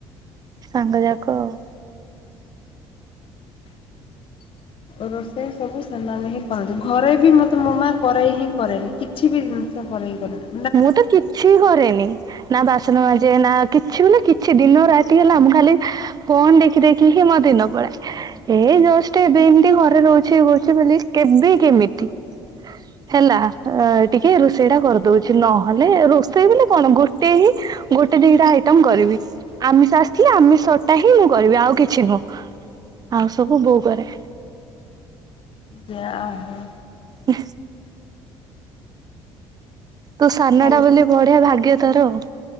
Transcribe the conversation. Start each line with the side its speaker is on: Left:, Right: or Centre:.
Right: ସାଙ୍ଗ ଯାକ ଆଉ।
Left: ରୋଷେଇ ସବୁ ସେମାନେ ହିଁ କରନ୍ତି ଘରେ ବି ମୋତେ ମୋ ମା କରାଏ ହିଁ କରେନି କିଛି ବିି ଉଁ <unintelligible>
Right: ମୁଁ ତ କିଛି କରେନି। ନା ବାସନ ମାଜେ ନା କିଛି ବୋଲେ କିଛି ଦିନ ରାତି ହେଲା ମୁଁ ଖାଲି ଫୋନ୍ ଦେଖି ଦେଖି ହିଁ ମୋ ଦିନ ପଳାଏ। ଏ ଜଷ୍ଟ ଏବେ ଏମିତି ଘରେ ରହୁଛି ଇଏ କରୁଛି ବୋଲି କେବେ କେମିତି ହେଲା ଅ ଟିକେ ରୋଷେଇ ଟା କରିଦଉ କିଛି ନହେଲେ ରୋଷେଇ ବୋଲି କଣ ଗୋଟେ ହିଁ ଗୋଟେ ଦିଟା ଆଇଟମ କରିବି। ଆମିଷ ଆସିଥିଲେ, ଆମିଷଟା ହିଁ ମୁଁ କରିବି ଆଉ କିଛି ନୁହଁ ଆଉ ସବୁ ବୋଉ କରେ।
Left: ଯା ହଉ।
Right: ହି। ତୁ ସାନ
Left: ତାହେଲେ
Right: ଟା ବୋଲି ବଢିଆ ଭାଗ୍ୟ ତୋର ଆଉ।